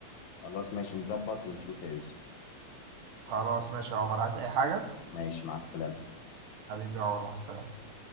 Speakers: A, on the left (about 75°); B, on the right (about 85°).
A: خلاص ماشي نظبط ونشوف يا يوسف
B: خلاص ماشي يا عمر عايز اي حاجة
A: ماشي مع السلامة
B: حبيبي يا عمر مع السلامة